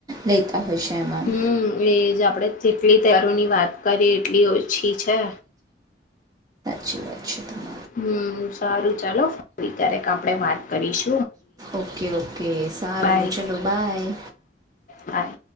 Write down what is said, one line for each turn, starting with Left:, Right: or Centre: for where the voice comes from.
Right: લેતા હોય છે એમાં
Left: હમ એજ આપડે જેટલી તહેરોની વાત કરીએ એટલી ઓછી છે.
Right: જી વા છેતા
Left: હમ સારું ચાલો ફરી ક્યારેક આપડે વાત કરીશ
Right: ઓકે ઓકે સારું
Left: બાય
Right: ચલો બાય
Left: બાય.